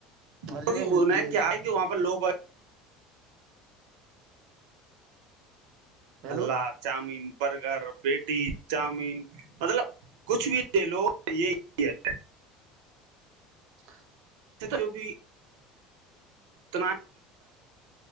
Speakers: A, on the right (about 55°); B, on the right (about 90°).
A: ہر
B: کیکہ
A: جگہ
B: انہیں
A: ملتی
B: کیا ہے کہ وہاں پہ لوگ ب
A: ہیلو
B: اللہ چاؤمین برگر پیٹی چاؤمین مطلب کچھ بھی لے لو یہی ہے
A: <inaudible>
B: ہو کہ اتنا